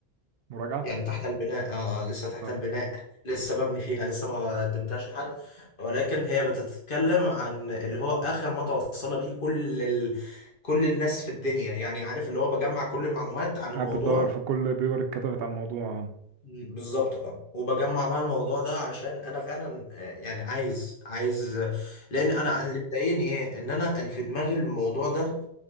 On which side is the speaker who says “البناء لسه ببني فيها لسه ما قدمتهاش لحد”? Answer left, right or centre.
Left